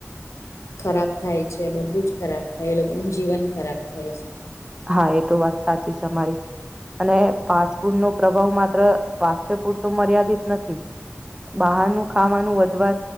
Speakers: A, on the left; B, on the right.
A: ખરાબ થાય છે બધું જ ખરાબ થાય એ લોકોનું જીવન ખરાબ થાય છે
B: હા એ તો વાત સાચી છે અમારી અને ફાસ્ટ ફૂડ નો પ્રભાવ માત્ર સ્વાસ્થ્ય પૂરતો મર્યાદિત નથી બહારનું ખાવાનું વધવા